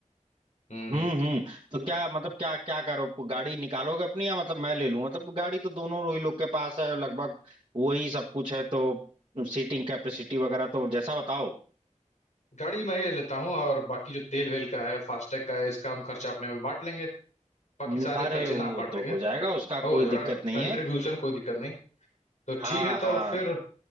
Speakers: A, on the left; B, on the right.
A: हम्म
B: हम्म
A: हम्म।
B: हम्म तो क्या मतलब क्या क्या करो गाड़ी निकालोगे अपनी या मतलब मैं ले लूं मतलब गाड़ी तो दोनों ही लोग के पास है लगभग वही सब कुछ है तो सीटिंग कैपेसिटी वगैरह तो जैसा बताओ
A: गाड़ी मैं ही ले लेता हूँ और बाकी जो तेल वेल का है फास्टैग का है इसका हम खर्चा अपने में बांट लेंगे बाकी
B: हम्म,
A: सारे
B: अरे
A: खर्चे
B: वो
A: ना बांट
B: तो
A: लेंगे
B: हो जाएगा उसका
A: और
B: कोई
A: हो जाएगा
B: दिक्कत नहीं
A: कंट्रीब्यूशन
B: है
A: कोई दिक्कत नहीं तो
B: हाँ
A: ठीक है
B: हाँ
A: तो फिर